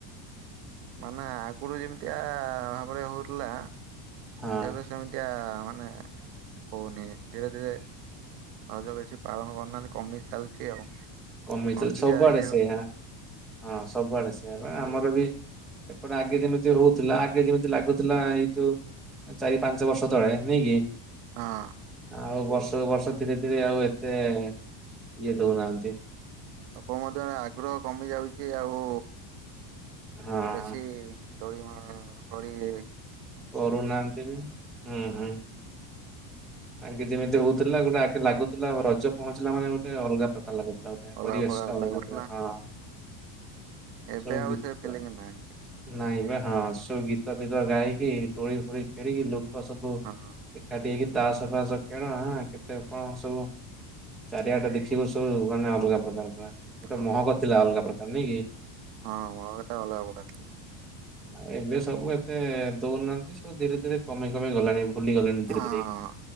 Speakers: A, on the right; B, in the centre.
A: ମାନେ ଆ ଗୁରୁ ଯେମିତିଆ ଭାବରେ ହଉଥିଲା
B: ହଁ।
A: ଏବେ, ଏମିତିଆ ମାନେ ହଉନି ଧୀରେ ଧୀରେ ଆଉ ଯୋଉ ବେଶୀ ପାଳନ କରୁନାହାନ୍ତି କମି ଯାଉଛି ଆଉ
B: କମିଛିଇ
A: ଅଳ୍ପିକା
B: ସବୁଆଡେ
A: ଇଏ ହଁ
B: ସେଇଆା ହଁ ସବୁଆଡେ ସେଇଆ ବା ଆମର ବି ଏପଟେ ଆଗେ ଯେମିତି ହଉଥିଲା ଆଗେ ଯେମିତି ଲାଗୁଥିଲା ଏଇ ଯୋଉ ଚାରି ପାଞ୍ଚ ବର୍ଷ ତଳେ ନେଇଁ କି
A: ହଁ
B: ଆଉ ବର୍ଷକୁ ବର୍ଷ ଧୀରେ ଧୀରେ ଆଉ ଏତେ ଇଏ ଦଉନାହାନ୍ତି
A: ଲୋକ ମଧ୍ୟ ଆଗ୍ରହ କମି ଯାଉଛି ଆଉ
B: ହଁ
A: ଚାଷୀ ଦୋଡ଼ିମା ଗଳି
B: କରୁନାହାନ୍ତି ବି ହୁଁ ହୁଁ ଆଗେ ଯେମିତି ହଉଥିଲା ଗୋଟେ ଆଗେ ଲାଗୁଥିଲା ରଜ ପହଞ୍ଚିଲା ମାନେ ଗୋଟେ ଅଲଗା ପ୍ରକା ଭଲ ଲାଗୁଥିଲା ଗୋଟେ
A: ଅଲଗା
B: ପରିବେଶଟା
A: ପ୍ରକାର
B: ଅଲଗା
A: ଲାଗୁଥିଲା
B: ପିଆ ହଁ
A: ଏବେ
B: ଆଛମ
A: ଆଉ
B: ଗୀତତ
A: ସେ ଫିଲିଙ୍ଗ
B: <unintelligible>
A: ନାହିଁ
B: ନାଇଁ ବା ହଁ ସବୁ ଗୀତ ଫିତ ଗାଇକି ଡୋଳି ଫୋଳି ଖେଳିକି ଲୋକ ସବୁ
A: ହଁ
B: ଏକାଠି ହେଇକି ତାସ ଫାସ ଖେଳ ହାଁ କେତେ କଣ ସବୁ ଚାରିଆଟେ ଦେଖିବୁ ସବୁ ମାନେ ଅଲଗା ପ୍ରକାର ପୁରା ଗୋଟେ
A: ହଁ
B: ମହକ ଥିଲା ଅଲଗା ପ୍ରକାର ନାଇଁ କି
A: ହଁ ମୋକଥା ଅଲଗା ପ୍ରକାର ଥିଲା
B: ଆଉ ଏବେ ସବୁ ଏତେ ଦଉନାହାନ୍ତି ସବୁ ଧୀରେ ଧୀରେ କମି କମି ଗଲାଣି ଭୁଲି ଗଲେଣି ଧୀରେ
A: ହଁ
B: ଧୀରେ ଇି <unintelligible>